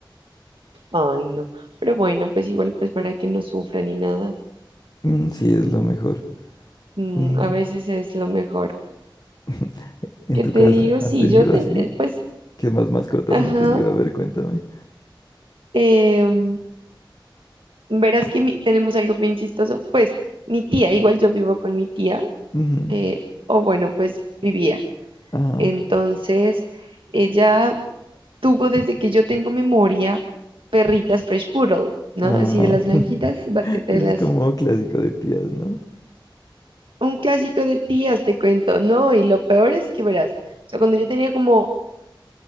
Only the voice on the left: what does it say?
Mm, Sí, es lo mejor.
Mm,
<laughs> ¿En
tu
casa
han
tenido
así?
¿Qué más mascotas
han tenido? A ver, cuéntame.
Ujú,
Ajá.
Ah,
<laughs>
eso
es como clásico de tías, ¿no?